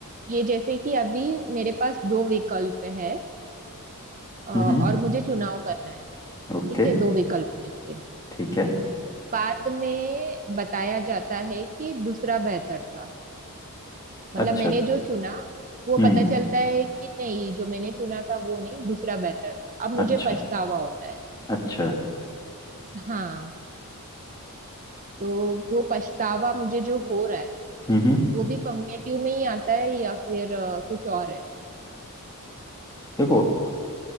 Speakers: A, on the right; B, on the left.
A: ये जैसे कि अभी मेरे पास दो विकल्प है अ, और
B: हम्म
A: मुझे चुनाव करना है ठीक
B: ओके
A: है दो विकल्प में से
B: ठीक है
A: बाद में बताया जाता है कि दूसरा बेहतर था
B: अच्छा
A: मतलब मैंने जो चुना वो
B: हम्म
A: पता चलता है कि नहीं जो मैंने चुना था वो नहीं दूसरा बेहतर था अब मुझे
B: अच्छा
A: पछतावा होता है
B: अच्छा
A: हाँ तो वो पछतावा मुझे जो हो रहा है
B: हम्म हम्म।
A: वो भी कॉग्निटिव में ही आता है या फिर अ, कुछ और है
B: देखो